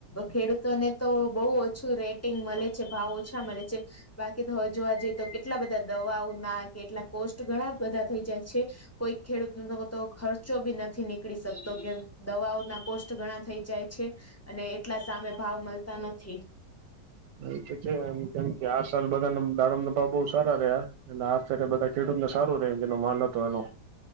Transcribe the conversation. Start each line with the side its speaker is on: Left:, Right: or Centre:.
Left: ખેડૂતોને તો બહુ ઓછું રેટિંગ મળે છે ભાવ ઓછા મળે છે બાકી તો હવે જોવા જઈએ તો કેટલા બધા દવાઓ ના કેટલા કોષ ઘણા બધા થઈ જાય છે કોઈ ખેડૂત ન ખર્ચો બી નથી નીકળી શકતો કે દવાઓ ના કોષ ઘણા થઈ જાય છે અને એટલા સામે ભાવ મળતા નથી
Right: એ તો છે એમ કેમ કે આ સાલ બધા ના દાડમના ભાવ બહ સારા રહ્યા એટલે આ ફેરે બધા ખેડૂત ને સારું રે જેનો માલ હતો એનો